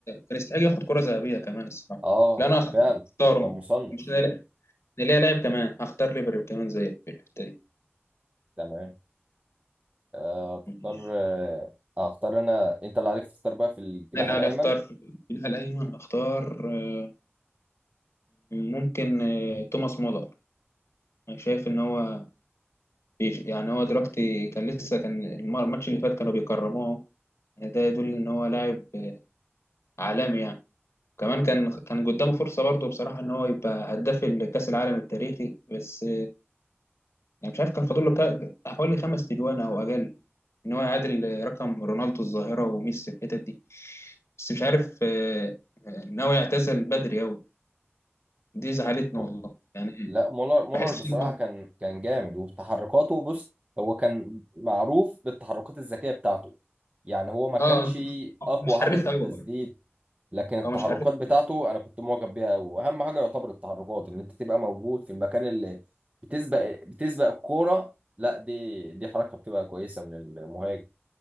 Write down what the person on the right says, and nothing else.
اه
فعلا
كان مصنف
تمام آه،
اختار آه، اختار انا انت اللي عليك تختار بقى في الجناح
الايمن
هو-
لا مولر مولر
بصراحة
كان كان جامد وتحركاته بص هو كان معروف بالتحركات الذكية بتاعته يعني هو ما كانش
اقوى
حاجة في
التسديد لكن التحركات
بتاعته انا كنت معجب بيها قوي واهم حاجه يعتبر التحركات ان انت تبقى موجود في المكان اللي بتسبق بتسبق الكوره لا دي دي حركه بتبقى كويسه من المهاجم